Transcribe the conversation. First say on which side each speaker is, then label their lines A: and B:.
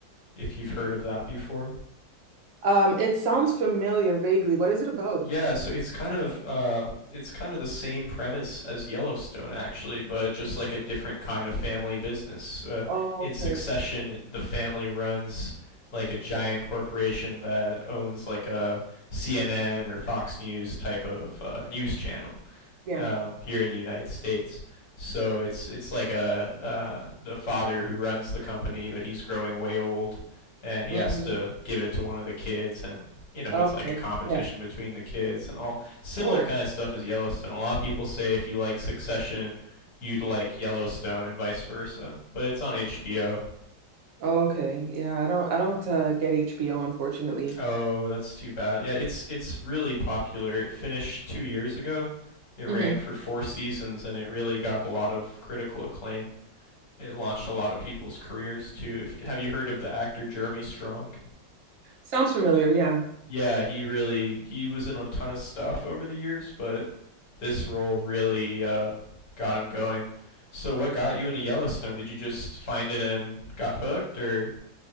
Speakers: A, on the left; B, on the right.
A: if you've heard of that before.
B: Um, it sounds familiar vaguely. What is it about?
A: Yeah, so it's kind of uh, it's kind of the same premise as Yellowstone, actually, but just like a different kind of family business. Uh,
B: Oh,
A: in
B: okay.
A: Succession, the family runs like a giant corporation that owns like a CNN or Fox News type of uh, news channel
B: Yeah.
A: um, here in the United States. So it's it's like a uh, the father who runs the company, but he's growing way old, and he
B: hmm
A: has to give it to one of the kids, and you know
B: Okay.
A: it's like a competition
B: Yeah.
A: between the kids and all similar
B: Oh,
A: kind of stuff as Yellowstone. A lot of people say if you like Succession, you'd like Yellowstone, and vice versa. But it's on HBO.
B: okay. Yeah, I don't I don't uh, get HBO unfortunately.
A: Oh, that's too bad. Yeah, it's it's really popular. It finished two years ago. It ran
B: hmm
A: for four seasons, and it really got a lot of critical acclaim. It launched a lot of people's careers too. If have you heard of the actor Jeremy Strong?
B: Sounds familiar. Yeah.
A: Yeah, he really he was in a ton of stuff over the years, but this role really uh, got him going. So what got you into Yellowstone? Did you just find it and got hooked, or